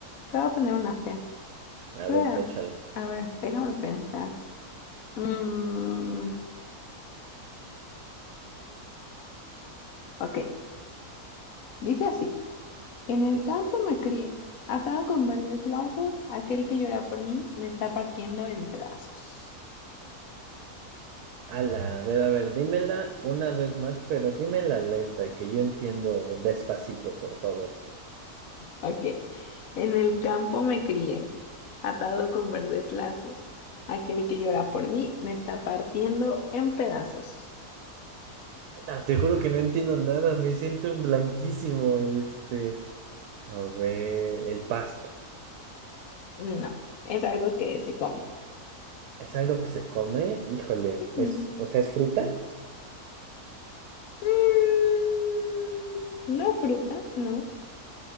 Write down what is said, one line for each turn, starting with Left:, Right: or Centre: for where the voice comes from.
Left: te voy a poner una fea.
Right: A
Left: Espera,
Right: ver, échala.
Left: A ver, déjame pensar. Mm, ok, dice así. En el
Right: Eso.
Left: campo me crié, atado con verdes lazos, aquel que llora por mí me está partiendo en pedazos.
Right: Ala, a ver, a ver, dímela una vez más, pero dímela lenta, que yo entiendo despacito, por favor.
Left: Ok. En el campo me crié, atado con verdes lazos. Aquel que llora por mí me está partiendo en pedazos.
Right: Ala, te juro que no entiendo nada, me siento en blanquísimo, este. A ver, el pasto.
Left: No, es algo que se come.
Right: ¿Es algo que se come? Híjole, es,
Left: Mm,
Right: o sea, ¿es fruta?
Left: mm, No fruta, no,